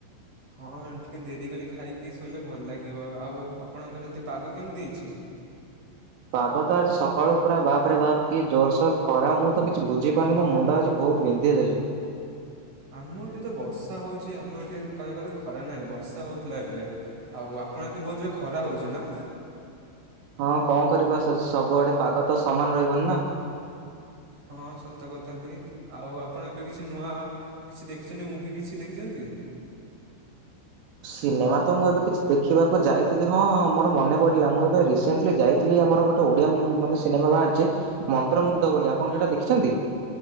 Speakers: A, on the right (about 40°); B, on the right (about 85°).
A: ହଁ ଟିକେ ଦେରି କରି ଖାଇକି ଶୋଇଲେ ଭଲ ଲାଗିବ ଆଉ ଆପଣଙ୍କର ସେଠି ପାଗ କେମିତି ଦେଇଛି?
B: ପାଗ ତ ଆଜି ସକାଳୁ ପୁରା ବାପ ରେ ବାପ୍ କିଏ ଜୋରସୋର ଖରା ମୁଁ ତ କିଛି ବୁଝି ପାରୁନି ମୋ ମୁଣ୍ଡ ଆଜି ବହୁତ ବିନ୍ଧି ଦେଉଛି।
A: ଆମ ଏଠି ତ ବର୍ଷା ହଉଛି ଆମ ଏଠି କହିବାକୁ ଗଲେ ଖରା ନାହିଁ ବର୍ଷା ହଉଥିଲା ଏବେ। ଆଉ ଆପଣ ଯଦି ବହୁତ ଯ ଖରା ହଉଛି ନା?
B: ହଁ କଣ କରିବା ସବୁଆଡେ ପାଗ ତ ସମାନ ରହିବନି ନା।
A: ହଁ ସତ କଥା ବି ଆଉ ଆପଣ ଏବେ କିଛି ନୂଆ କିଛି ଦେଖିଛନ୍ତି ମୁଭି କିଛି ଦେଖିଛନ୍ତି?
B: ସିନେମା ତ ମୁଁ ଏବେ କିଛି ଦେଖିବାକୁ ଯାଇଥିଲି ହଁଁ ହଁ ମୋର ମନେ ପଢିଲା ମୁଁ ଏବେ ରିସଣ୍ଟଲି ଯାଇଥିଲ ଆମର ଗୋ ଗୋଟେ ଓଡିଆ ମାନେ ସିନେମା ବାହାରିଛି ମନ୍ତ୍ରମୁଗ୍ଧ ବୋଲି ଆପଣ ସେଇଟା ଦେଖିଛନ୍ତି।